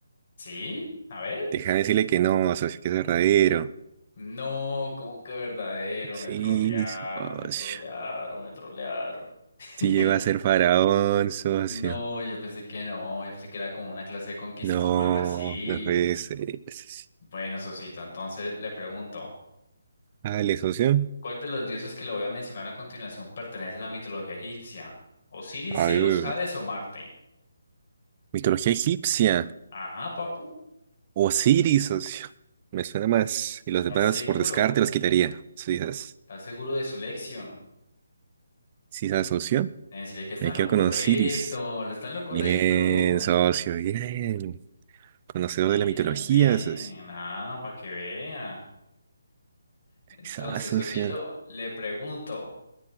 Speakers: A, on the left (about 50°); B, on the right (about 30°).
A: Sí, a ver.
B: déjame decirle que no, socio, que es verdadero.
A: No, como que verdadero,
B: Sí,
A: me trolearon,
B: socio.
A: me trolearon, me trolearon. <laughs>
B: Si llegó a ser faraón, socio.
A: No, yo pensé que no, yo pensé que era como una clase de conquistador
B: No,
A: o algo así.
B: no puede ser, socio.
A: Bueno, Sosito, entonces le pregunto,
B: Dale, socio.
A: ¿cuál de los dioses que le voy a mencionar a continuación pertenece a la mitología egipcia? ¿Osiris,
B: A
A: Zeus,
B: ver,
A: Hades o Marte?
B: mitología egipcia.
A: Ajá, papu,
B: Osiris, socio. Me suena más. Y los
A: ¿estás
B: demás,
A: seguro?
B: por descarte, los quitaría. Sí, esas-
A: ¿Estás seguro de su lección?
B: sí, esas, socio.
A: Debe decirle que está
B: Me
A: en
B: quedo
A: lo correcto,
B: con Osiris.
A: lo está en lo correcto.
B: Bien, socio, bien. Conocedor
A: Bien,
B: de la mitología,
A: bien,
B: socio.
A: ah, para que vea. Entonces,
B: Quizás, socio.
A: Sosito, le pregunto.